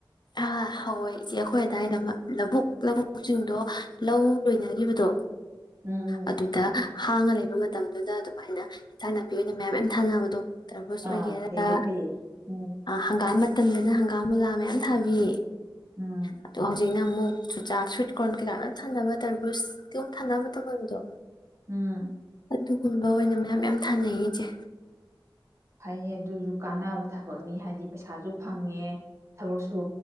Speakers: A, on the left (about 55°); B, on the right (about 35°).
A: ꯑꯥ ꯍꯧꯋꯦ ꯏꯆꯦ ꯑꯩꯈꯣꯏ ꯑꯗꯥꯋꯥꯏꯗ ꯂꯧꯕꯨꯛ ꯂꯧꯕꯁꯤꯡꯗꯣ ꯂꯧ ꯂꯣꯏꯅꯈꯤꯕꯗꯣ
B: ꯎꯝ
A: ꯑꯗꯨꯗ
B: ꯎꯝ
A: ꯍꯥꯡꯉ ꯂꯩꯕ ꯃꯇꯝꯗꯨꯗ ꯑꯗꯨꯃꯥꯏꯅ ꯏꯟꯁꯥꯡ ꯅꯥꯄꯤ ꯑꯣꯏꯅ ꯃꯌꯥꯝ ꯃꯌꯥꯝ ꯊꯥꯅꯕꯗꯣ ꯇꯔꯕꯨꯁ
B: ꯑꯥ
A: ꯑꯣꯏꯒꯦꯔꯥ
B: ꯐꯩꯌꯦ ꯐꯩꯌꯦ ꯎꯝ
A: ꯍꯪꯒꯥꯝ ꯇꯝꯗꯅ ꯍꯪꯒꯥꯝ ꯃꯨꯂꯥ ꯃꯌꯥꯝ ꯊꯕꯤ
B: ꯎꯝ
A: <unintelligible> ꯍꯧꯖꯤꯛꯅ ꯑꯃꯨꯛ ꯆꯨꯆꯥꯛ ꯁꯨꯏꯠ ꯀꯣꯔꯅ ꯀꯩꯀꯥ ꯂꯣꯏꯅ ꯊꯥꯅꯕ ꯇꯔꯕꯨꯁ ꯀꯩꯅꯣꯝ ꯊꯥꯟꯅꯕ ꯃꯇꯝꯗꯣ
B: ꯎꯝ
A: ꯑꯗꯨꯒꯨꯝꯕ ꯑꯣꯏꯅ ꯃꯌꯥꯝ ꯌꯥꯝ ꯊꯥꯅꯩꯌꯦ ꯏꯆꯦ
B: ꯐꯩꯌꯦ ꯑꯗꯨꯁꯨ ꯀꯥꯟꯅꯕ ꯊꯕꯛꯅꯤ ꯍꯥꯏꯗꯤ ꯄꯩꯁꯥꯁꯨ ꯐꯪꯉꯦ ꯊꯕꯛꯁꯨ